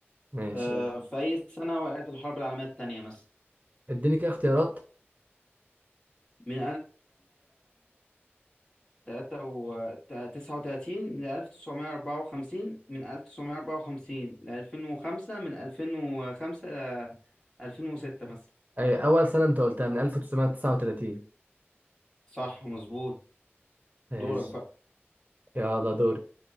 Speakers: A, on the right; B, on the left.
A: ماشي
B: آه
A: يلا.
B: في أي سنة وقعت الحرب العالمية التانية مثلا
A: اديني كده اختيارات
B: من 1939 ل 1954 من 1954 ل 2005 من 2005 ل 2006 مثلا
A: آه، اول سنة انت قلتها من 1939
B: صح مظبوط
A: ماشي
B: دورك بقى
A: يلا دوري